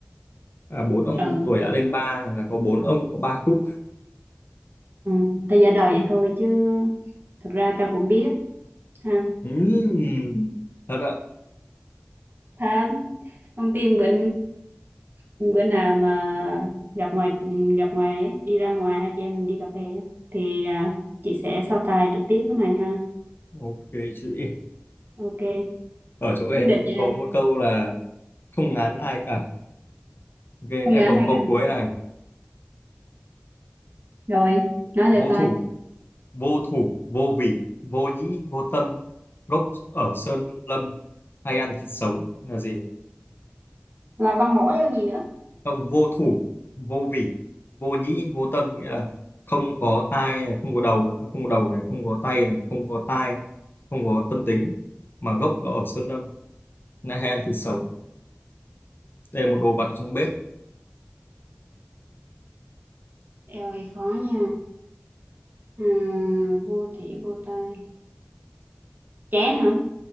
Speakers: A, on the left; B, on the right.
A: à, bốn ông
B: ừ,
A: tuổi đã lên ba là có bốn ông có ba khúc
B: ừ ta giả đời vậy thôi chứ thực ra ta cũng biết ha
A: Ừm, thật ạ
B: Thật, không tin bữa bữa nào mà gặp ngoài gặp ngoài ấy, đi ra ngoài hai chị em mình đi cà phê á, thì à, chị sẽ so tài trực tiếp với mày ha.
A: ok chị
B: Ok,
A: ở chỗ em
B: quyết định
A: có
B: nha.
A: một câu là không ngán ai cả ok em
B: Phương án
A: còn
B: này
A: một
B: ăn.
A: câu cuối này
B: Rồi, nói thử
A: vô
B: coi.
A: thủ vô thủ vô vị vô nhĩ vô tâm gốc ở sơn lâm hay ăn thịt sống là gì
B: Rồi con hổ vô gì nữa?
A: không vô thủ vô vị vô nhĩ vô tâm nghĩa là không có tai này, không có đầu không có đầu này không có tay này không có tai không có tâm tính mà gốc nó ở sơn lâm na hẹn thì sống đây là một đồ vật trong bếp
B: Eo ơi khó nha. À, vô thị vô tay. Chén hả?